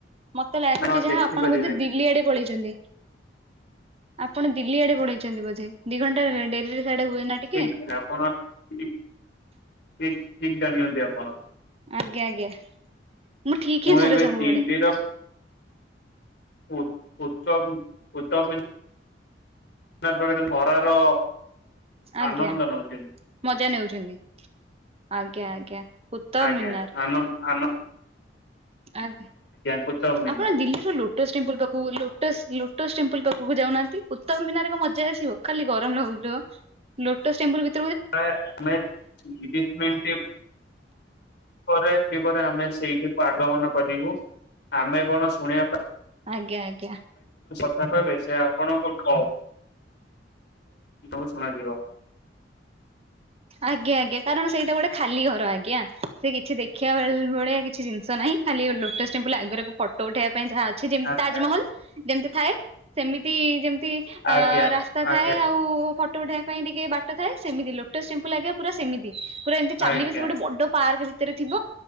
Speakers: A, on the right; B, on the left.
A: ମତେ ଲାଗୁଛି
B: ଆପଣ
A: ଯାହା
B: ଦେଖିପାରିବେନି।
A: ଆପଣ ମଧ୍ୟ ଦିଲ୍ଲୀ ଆଡ଼େ ପଳେଇଛନ୍ତି ଆପଣ ଦିଲ୍ଲୀ ଆଡ଼େ ପଳେଇଛନ୍ତି ବୋଧେ ଦି ଘଣ୍ଟା ରେ ଡେରିରେ ସିଆଡେ ହୁଏ ନା ଟିକେ।
B: ଠିକ୍ ଆପଣ ଠିକ୍ ଠିକ୍ ଜାଣିଛନ୍ତି ଆପଣ।
A: ଆଜ୍ଞା ଆଜ୍ଞା ମୁଁ ଠିକ୍ ହିଁ ଧରେ
B: ଏବେ
A: ସବୁବେଳେ।
B: ଦିଲ୍ଲୀର ଉ ଉତ୍ତମ ଉତ୍ତମ ମ ପାଖରେ ଖରାର
A: ଆଜ୍ଞା
B: ଆନନ୍ଦ ନଉଛି।
A: ମଜା ନେଉଛନ୍ତି। ଆଜ୍ଞା ଆଜ୍ଞା। କୁତବ
B: ଆଜ୍ଞା
A: ମିନାର
B: ଆନ ଆନ
A: ଆଜ୍ଞା
B: କୁତବ ମିନାର
A: ଆପଣ ଦିଲ୍ଲୀରୁ ଲୋଟସ୍ ଲୋଟସ୍ ଟେମ୍ପଲ ପାଖକୁ ଲୋଟସ୍ ଲୋଟସ୍ ଟେମ୍ପଲ ପାଖକୁ ଯାଉନାହାନ୍ତି ଉତ୍ତମ ମିନାର କଣ ମଜା ଆସିବ। ଖାଲି ଗରମ ଲାଗୁଥିବ ଲୋଟସ୍ ଟେମ୍ପଲ ଭି
B: ଆମେଶ ମିନିଟ ପରେ। ଆଉ ଟିକେ ପରେ ଆମେ ସେଇଠିକୁ ଆଗମନ କରିବୁ ଆମେ କଣ ଶୁଣିବା
A: ଆଜ୍ଞା ଆଜ୍ଞା।
B: ତାପରେ ବ ସେ ଆପଣ କ କ ତକୁ ଶୁଣାଯିବ।
A: ଆଜ୍ଞା ଆଜ୍ଞା କାରଣ ସେଇଟା ଗୋଟେ ଖାଲି ଘର ଆଜ୍ଞା ସେ କିଛି ଦେଖିବା ଭଳିଆ କିଛି ଜିନିଷ ନାହିଁ। ଖାଲି ଲୋଟସ୍ ଟେମ୍ପଲ ଆଗରେକୁ ଫଟୋ ଉଠେଇବା ଯାହା ଅଛି ଯେମିତି
B: ଆଜ୍ଞା
A: ତାଜମହଲ ଯେମତି ଥାଏ ସେମିତି ଯେ ଅ
B: ଆଜ୍ଞା
A: ରାସ୍ତା
B: ଆଜ୍ଞା
A: ଥାଏ ଆଉ ଫଟୋ ଉଠେଇବା ପାଇଁ ଟିକେ ବାଟ ଥାଏ ସେମିତି ଲୋଟସ୍ ଟେମ୍ପୁଲ ଲା ପୁରା ସେମିତି ପୁରା ଏମିତି ଚାଲିବେ
B: ଆଜ୍ଞା
A: ସେ ଗୋଟେ ବଡ ପାର୍କ ଭିତରେ ଥିବ